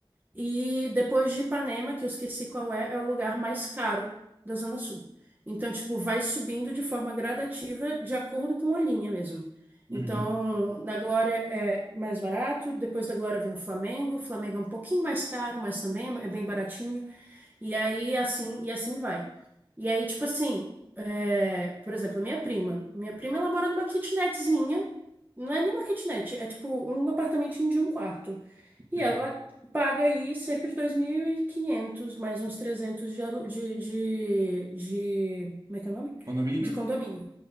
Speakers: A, on the right; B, on the right.
A: e depois de Ipanema, que eu esqueci qual é, é o lugar mais caro da Zona Sul. Então, tipo, vai subindo de forma gradativa de acordo com a linha mesmo.
B: uhum.
A: Então, na Glória é mais barato, depois da Glória vem o Flamengo. O Flamengo é um pouquinho mais caro, mas também é bem baratinho. E aí, assim, e assim vai. E aí, tipo assim, é, por exemplo, a minha prima. Minha prima, ela mora numa kitnetzinha. Não é nem uma kitnet, é tipo um apartamentinho de um quarto.
B: Ok.
A: E ela paga aí cerca de 2.500 mais uns 300 de, alu- de, de, de... Como é que é o nome?
B: Condomínio?
A: De condomínio.